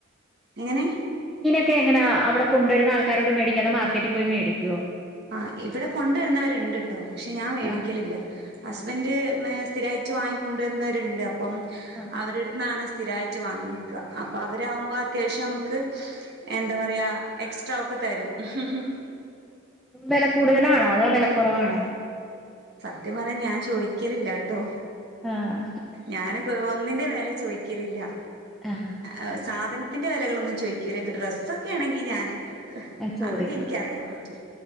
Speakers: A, on the right; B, in the centre.
A: എങ്ങനെ
B: ഇക്കെങ്ങനാ അവിട കൊണ്ടരുന്ന ആൾക്കാരോട് മേടിക്കാതേ മാർക്കറ്റിൽ പോയി മേടിക്കോ.
A: ആഹ് ഇവിട കൊണ്ടുവരുന്നവരിണ്ടിട്ടോ പക്ഷെ ഞാൻ മേടിക്കലില്ല
B: ആഹ്
A: ഹസ്ബന്റ്
B: ആഹ്
A: മേ സ്ഥിരായിട്ട് വാങ്ങിക്കൊണ്ടുവരുന്നവരിണ്ട് അപ്പം
B: ആഹ്
A: അവരിടടുത്ത്ന്നാണ് സ്ഥിരായിട്ട് വാങ്ങി അപ്പ അവരാവുമ്പാത്യാവശ്യം നമുക്ക് എന്താ പറയാ എക്സ്ട്രാ ഒക്ക തരൂം ഹും ഹും..
B: വെല കൂടുതലാണോ അതോ വെല കൊറവാണോ.
A: സത്യം പറയാൻ ഞാൻ ചോദിക്കലില്ലാട്ടോ
B: ആഹ്
A: ഞാന് കോ ഒന്നിന്റെ വെൽ ചോയിക്കലില്ലാ
B: ആഹ്
A: എ സാധന ഇതിന്റെ വിലകളൊന്നും ചോയിക്കില്ലേ ഇപ്പത്തേ ഡ്രസ്സൊക്കെ ആണെങ്കി ഞാന്
B: ആ ചോദിക്കും
A: അതൊക്കെനിക്കറിയാൻ പറ്റും.